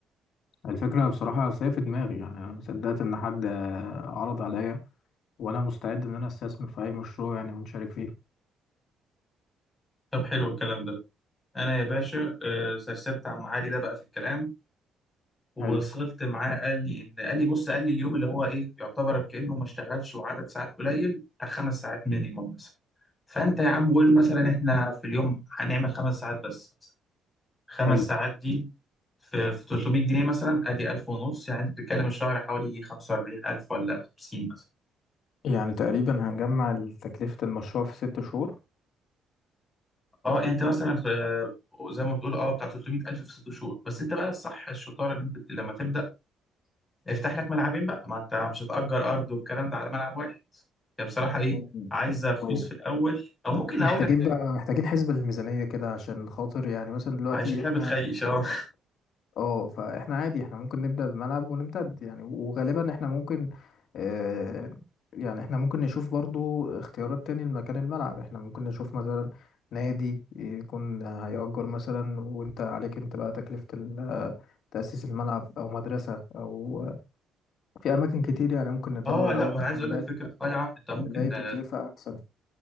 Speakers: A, on the left; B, on the left.
A: الفكرة بصراحة أصل هي في دماغي يعني أنا ما صدقت إن حد آه، عرض عليا وأنا مستعد إن أنا أستثمر في أي مشروع يعني ونشارك فيه
B: طب حلو الكلام ده أنا يا باشا آه، سرسبت عم علي ده بقى في الكلام ووصلت
A: حلو
B: معاه قال لي ان قال لي بص قال لي اليوم اللي هو ايه يعتبر كانه ما اشتغلش وعدد ساعات قليل بتاع خمس ساعات مينيموم مثلا فانت يا عم قول مثلا احنا في اليوم هنعمل خمس ساعات بس مثلا خمس
A: حلو
B: ساعات دي في في 300 جنيه مثلا ادي 1000 ونص يعني انت بتتكلم الشهر حوالي يجي 45000 ولا 50 مثلا
A: يعني تقريبا هنجمع تكلفة المشروع في ست شهور
B: اه يعني انت مثلا آه، زي ما بتقول اه بتاع 300000 في ست شهور بس انت بقى الصح الشطاره ان انت لما تبدا افتح لك ملعبين بقى ما انت مش هتأجر ارض والكلام ده على ملعب واحد هي بصراحة ايه
A: مم.
B: عايزة فلوس
A: طيب
B: في الاول او ممكن
A: محتاجين
B: اقول لك حاجة
A: بقى محتاجين حسبة للميزانية كده عشان خاطر يعني مثلا دلوقتي
B: هي شكلها
A: احنا
B: بتخيش اه
A: هنجيب الأرض اه فاحنا عادي احنا ممكن نبدأ بملعب ونمتد يعني وغالبا احنا ممكن اه يعني احنا ممكن نشوف برضو اختيارات تاني لمكان الملعب احنا ممكن نشوف مثلا نادي يكون هيأجر مثلا وانت عليك انت بقى تكلفة ال- آه، تأسيس الملعب أو مدرسة أو في أماكن كتير يعني ممكن
B: <laughs>
A: ندور
B: اه
A: الأول
B: لا وانا
A: ممكن
B: عايز اقول
A: نلاقي
B: لك فكرة صايعة انت ممكن
A: نلاقي تكلفة
B: آه،
A: أحسن